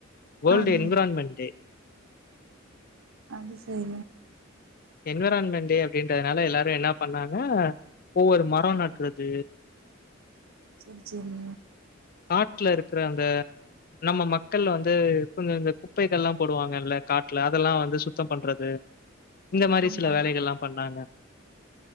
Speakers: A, on the left; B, on the right.
A: வேர்ல்ட்
B: ஆஹா
A: என்விரான்மண் டே
B: அது செரி
A: என்விரான்மண் டே அப்டின்றதுனால எல்லாரு என்ன பண்ணாங்க ஒவ்வொரு மர நடறது
B: செரி செரி
A: காட்டுல இருக்கற அந்த நம்ம மக்கள் வந்து கொஞ்ச இந்த குப்பைகள்ல்லாம் போடுவாங்க இல்ல காட்டுல அதெல்லா வந்து சுத்தம் பண்றது இந்த மாரி
B: ஆமா
A: சில வேலைகள்லா பண்றாங்க